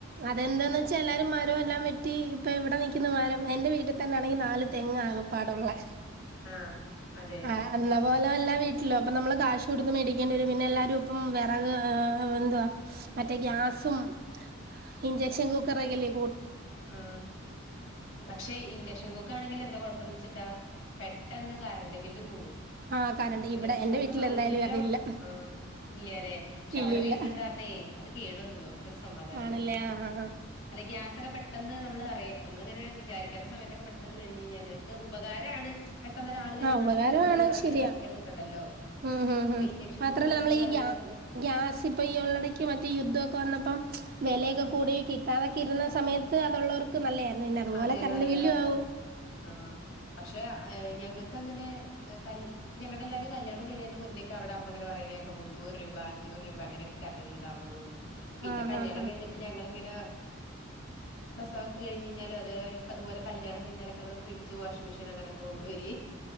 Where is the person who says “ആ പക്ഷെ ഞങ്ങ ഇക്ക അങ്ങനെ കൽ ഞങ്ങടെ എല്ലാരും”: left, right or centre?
Left